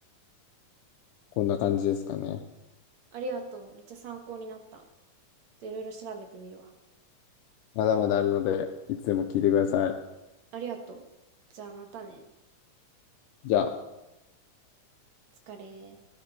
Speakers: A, on the left (about 80°); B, on the right (about 60°).
A: こんな感じですかね。
B: ありがとう。めっちゃ参考になった。といろいろ調べてみるわ。
A: まだまだあるので、いつでも聞いてください。
B: ありがとう。じゃあまたね。
A: じゃあ。
B: お疲れ。